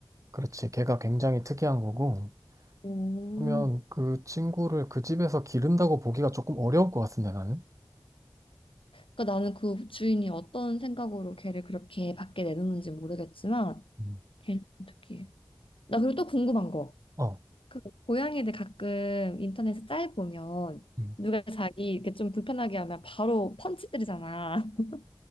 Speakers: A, on the right; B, on the left.
A: 그렇지. 걔가 굉장히 특이한 거고.
B: 오.
A: 그러면 그 친구를 그 집에서 기른다고 보기가 조금 어려울 것 같은데, 나는?
B: 그러니까 나는 그 주인이 어떤 생각으로 걔를 그렇게 밖에 내놓는지 모르겠지만
A: 음,
B: 걔는 좀 특이해. 나 그리고 또 궁금한 거.
A: 어,
B: 그 고양이들 가끔 인터넷에 짤 보면
A: 음,
B: 누가 자기 이렇게 좀 불편하게 하면 바로 펀치 때리잖아. <laughs>